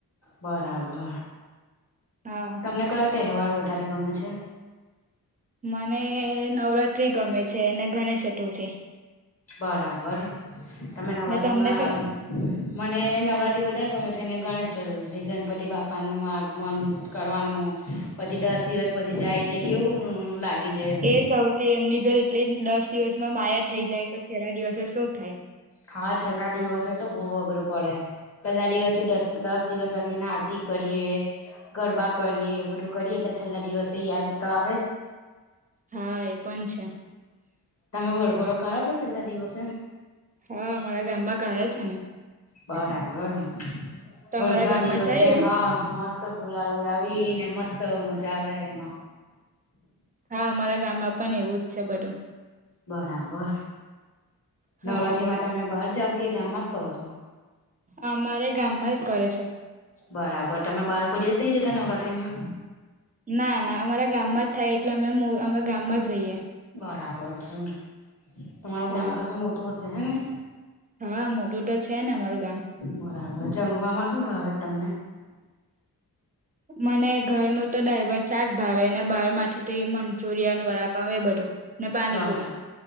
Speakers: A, on the left; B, on the right.
A: બરાબર
B: હા
A: તમને કયો તહેવાર વધારે ગમે છે
B: મને નવરાત્રી ગમે છે અને ગણેશ ચતુર્થી
A: બરાબર તમે નવરાત્રીમાં
B: ને તમને <unintelligible>
A: મને નવરાત્રી વધારે ગમે છે અને ગણેશ ચતુર્થીથી ગણપતિ બાપા નું આગમન કરવાનું પછી દસ દિવસ પછી જાય એટલે કેવું લાગી જાય
B: એ સૌથી એમની જો એટલી દસ દિવસમાં માયા થઈ જાય તો છેલ્લા દિવસે શું થાય
A: હા છેલ્લા દિવસે તો બહુ અઘરું પડે પેલા દિવસ થી દસ દસ દિવસ લાગીને આરતી કરીએ ગરબા કરીએ બધું કરીએ એટલે છેલ્લા દિવસે યાદ તો આવે
B: હા એ પણ છે <unintelligible>
A: તમે વરઘોડો કાઢો છો છેલ્લા દિવસે
B: હા અમારા ગામમાં કાઢે છે ને
A: બરાબર
B: તમારા
A: વરઘોડા
B: ગામમાં
A: ના દિવસે
B: થાય એવું?
A: હા મસ્ત તો ગુલાાલ ઉડાવી ને મસ્ત મજા આવે એમાં
B: હા અમારા ગામમાં પણ એવું જ છે બધું
A: બરાબર
B: હા
A: નવરાત્રીમાં તમે બહાર જાવ કે ગામમાં જ કરો છો
B: અમારે ગામમાં જ કરે છે
A: બરાબર તમે બારકોઈ દિવસ નઈ જતા નવરાત્રી માં
B: ના ના અમારા ગામમાં જ થાય એટલે અમે અમે ગામમાં જ રહીએ
A: બરાબર છે તમારું
B: હા
A: ગામ ખાસું મોટું હશે હેને
B: હા મોટું તો છે ને અમારું ગામ
A: બરાબર જમમાં શું ભાવે તમને
B: મને ઘરનુંું તો દાળ ભાત શાક ભાવે ને બહાર માંથી મંચુરિયાન વડાા પામે એ બધું ને પાણીપુરી
A: બરા